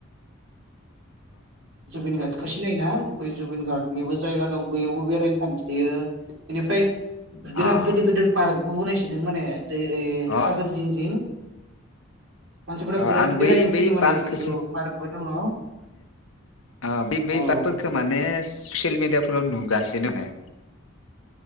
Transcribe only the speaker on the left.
अ
अ
आं
आं बै
बै
पार्कखौ
ओ बे बै
पार्करखौ माने ससियेल मेडियाफोराव नुगासिनो ए